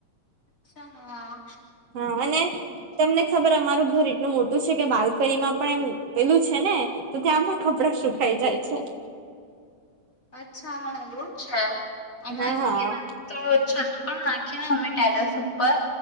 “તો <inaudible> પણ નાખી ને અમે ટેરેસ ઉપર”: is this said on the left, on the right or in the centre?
Left